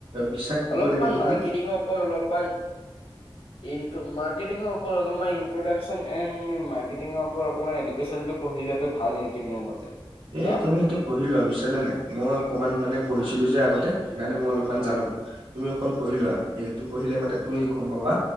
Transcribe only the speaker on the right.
বিশ্বাস দিব
লাগিব
কি
এই
তুমি সেইটো পঢ়ি লোৱাা বুজিছা নে নাই? মই অকমান মানে পঢ়িছিলো যে আগতে সেইকাৰণে মই অলপমান
জানো, তুমি অকণ পঢ়ি লোৱা, সেইটো পঢ়িলে মানে তুমি গম পাবা।